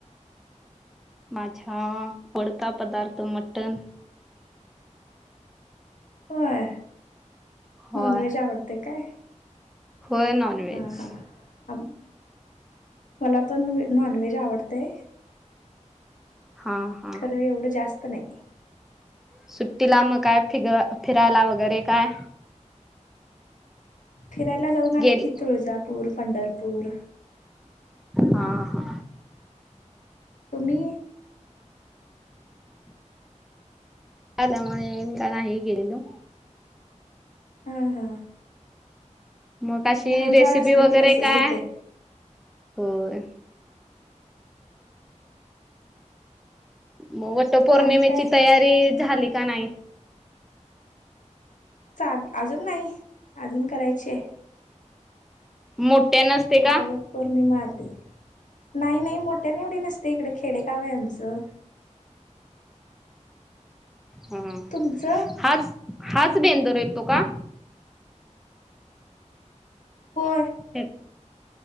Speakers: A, in the centre; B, on the left (about 80°).
A: माझ्या आवडता पदार्थ मटण.
B: होय,
A: होय
B: नॉन व्हेज आवडतय काय?
A: होय नॉन व्हेज.
B: हा हा मला पण नॉनव्हेज आवडतय.
A: हा हा
B: खरं एवढं जास्त नाही.
A: सुट्टीला मग काय, फि फिरायला वगैरे काय?
B: फिरायला जाऊन आले
A: गेली
B: की, तुळजापूर, पंढरपूर
A: हा हा.
B: तुम्ही?
A: आल्यामुळे का नाही गेलेलो.
B: हा हा.
A: मग अशी
B: लहान
A: रेसिपी
B: बाळ असलं
A: वगैरे
B: की तसच
A: काय?
B: होते
A: होय मग वट पौर्णिमेची
B: आणि काय
A: तयारी झाली का नाही?
B: चालू अजून नाही, अजून करायची हाय.
A: मोठ्यान असतय
B: आता
A: का?
B: वट पौर्णिमा आली, नाही नाही मोठ्या न एवडी नसतय इकडे, खेडेगाव आहे आमचं.
A: हा,
B: तुमचं
A: हाच हाच बेंदुर येतो का?
B: होय.
A: तेत